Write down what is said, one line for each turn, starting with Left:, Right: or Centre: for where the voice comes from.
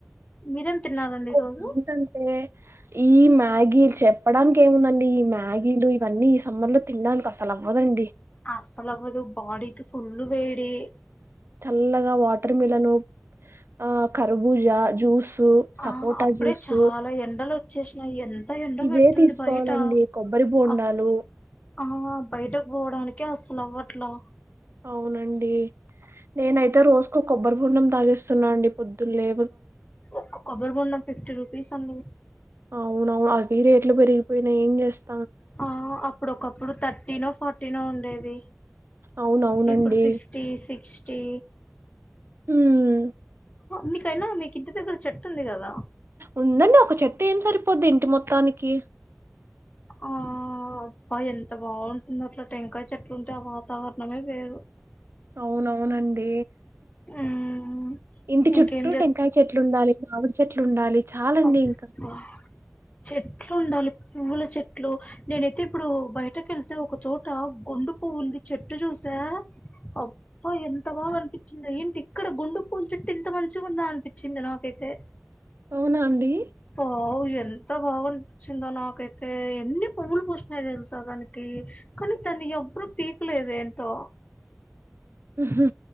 Left: మీరేం తిన్నారండి
Right: ఇంకొకటి
Left: ఈరోజు
Right: ఏంటంటే ఈ మ్యాగీ చెప్పడానికి ఏముందండి ఈ మ్యాగీలో ఇవన్నీ ఈ సమ్మర్ లో తినడానికి అసలు అవ్వదండి
Left: అసలవ్వదు బాడీకి ఫుల్లు వేడి
Right: ల్లగా వాటర్ మిలన్ ఆ కరబూజ జ్యూసు సపోటా
Left: ఆ అప్పుడే
Right: జ్యూసు
Left: చాలా ఎండలు వచ్చేసినాయి ఎంత ఎండ
Right: ఇవే
Left: పెడుతుంది
Right: తీసుకోవాలండి
Left: బయట
Right: కొబ్బరి బోండాలు
Left: అస్ ఆ బయటకు పోవడానికి అస్సలు అవ్వట్లా
Right: అవునండి నేనయితే రోజుకో కొబ్బరిబొండం తాగేస్తున్నా అండి పొద్దున్నే
Left: క్క కొబ్బరి బొండం ఫిఫ్టీ రూపీస్ అని
Right: అవునవును అవి రేట్లు పెరిగిపోయినా ఏం జేస్స
Left: ఆ అప్పుడు ఒకప్పుడు థర్టీ నో ఫార్టీనో ఉండేది
Right: అవునవునండి
Left: ఇప్పుడు ఫిఫ్టీ సిక్స్టీ
Right: ఉమ్
Left: మీకైనా మీకు ఇంటి దగ్గర చెట్టుంది గదా
Right: ఉందండి ఒక చెట్టు ఏం సరిపోద్ది ఇంటి మొత్తానికి
Left: ఆ అబ్బా ఎంత బాగుంటుందొ అట్లా టెంకాయ చెట్లు ఉంటే ఆ వాతావరణమే వేరు
Right: అవునవునండి
Left: మ్మ్
Right: ఇంటి
Left: ఇంకేం
Right: చుట్టూ టెంకాయ చెట్లుండాలి మామిడి చెట్లుండాలి చాలండి
Left: అప్పా
Right: ఇంక.
Left: చెట్లు ఉండాలి పువ్వుల చెట్లు నేనైతే ఇప్పుడు బయటకి యెళ్తే ఒకచోట గుండు పూవ్వుంది చెట్టు చూసా అబ్బా ఎంత బాగా అనిపించింది ఏంటి ఇక్కడ గుండు పూవుల చెట్టు ఇంత మంచిగా ఉందా అనిపించింది నాకైతే
Right: అవునా అండి?
Left: పాల్ ఎంత బాగానిపిచ్చిందో నాకైతే ఎన్ని పువ్వులు పోసినాయి తెలుసాడానికి కానీ దన్ని ఎవరు పీక లేదు ఏంటో
Right: ఉ హు